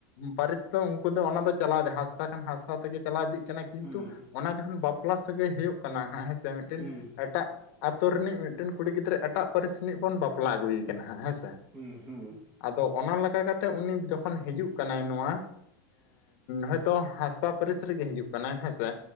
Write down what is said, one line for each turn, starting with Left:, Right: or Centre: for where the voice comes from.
Left: ᱯᱟᱹᱨᱤᱥ ᱫᱚ ᱩᱱᱠᱩ ᱫᱚ ᱚᱱᱟ ᱫᱚ ᱪᱟᱞᱟᱣ ᱦᱟᱸᱥᱫᱟ ᱠᱷᱟᱱ ᱦᱟᱸᱥᱫᱟ ᱛᱮᱜᱮ ᱪᱟᱞᱟᱣ ᱤᱫᱤᱜ ᱠᱟᱱᱟ ᱠᱤᱱᱛᱩ
Right: ᱦᱮᱸ
Left: ᱚᱱᱟ ᱡᱚᱠᱷᱚᱱ ᱵᱟᱯᱞᱟ ᱥᱟᱹᱜᱟᱹᱭ ᱦᱩᱭᱩᱜ ᱠᱟᱱᱟ ᱦᱟᱸᱜ ᱦᱮᱸ ᱥᱮ ᱢᱤᱫᱴᱮᱱ
Right: ᱦᱩᱸ
Left: ᱮᱴᱟᱜ ᱟᱛᱳ ᱨᱤᱱᱤᱡ ᱢᱤᱫᱴᱮᱱ ᱠᱩᱲᱤ ᱜᱤᱫᱽᱨᱟᱹ ᱮᱴᱟᱜ ᱯᱟᱹᱨᱤᱥ ᱨᱤᱱᱤᱡ ᱵᱚᱱ ᱵᱟᱯᱞᱟ ᱟᱹᱜᱩᱭ ᱠᱟᱱᱟ ᱦᱟᱸᱜ ᱦᱮᱸ ᱥᱮ
Right: ᱦᱩᱸ ᱦᱩᱸ
Left: ᱟᱫᱚ ᱚᱱᱟ ᱞᱮᱠᱟ ᱠᱟᱛᱮᱜ ᱩᱱᱤ ᱡᱚᱠᱷᱚᱱ ᱦᱤᱡᱩᱜ ᱠᱟᱱᱟᱭ ᱱᱚᱣᱟ ᱦᱚᱭᱛᱳ ᱦᱟᱸᱥᱫᱟ ᱯᱟᱹᱨᱤᱥ ᱨᱮᱜᱮ ᱦᱤᱡᱩᱜ ᱠᱟᱱᱟᱭ ᱦᱮᱸ ᱥᱮ